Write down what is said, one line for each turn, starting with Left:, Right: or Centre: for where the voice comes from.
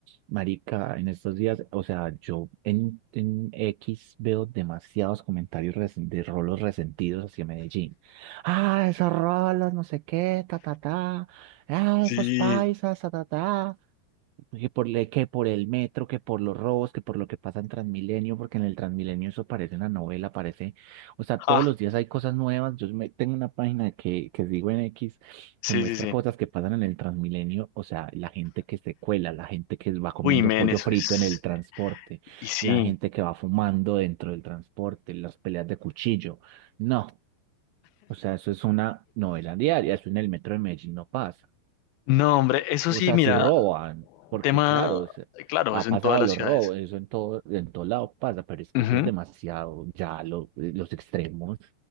Right: marica, en estos días, o sea, yo en, en X veo demasiados comentarios resen- de rolos resentidos hacia Medellín. Ah, esos rolos, no sé qué, ta, ta, ta, ah,
Left: Sí.
Right: esos paisas, ta, ta, ta. Que por, le- que por el metro, que por los robos, que por lo que pasa en Transmilenio, porque en el Transmilenio eso parece una novela, parece, o sea, todos
Left: Ah,
Right: los días hay cosas nuevas. Yo me, tengo una página que, que sigo en X
Left: sí,
Right: que muestra
Left: sí, sí.
Right: cosas que pasan en el Transmilenio, o sea, la gente que se cuela, la gente que va comiendo
Left: Uy, men,
Right: pollo
Left: eso
Right: frito
Left: es.
Right: en el transporte,
Left: Y sí.
Right: la gente que va fumando dentro del transporte, las peleas de cuchillo. No, o sea, eso es una novela diaria, eso en el metro de Medellín no pasa.
Left: No, hombre, eso
Right: O
Left: sí,
Right: sea,
Left: mira,
Right: si roban, porque
Left: tema,
Right: claro, o sea,
Left: claro,
Right: ha
Left: eso en
Right: pasado
Left: todas las
Right: los
Left: ciudades.
Right: robos, eso en todo, en todo lado pasa, pero es que
Left: Ujú.
Right: eso es demasiado, ya lo- los extremos.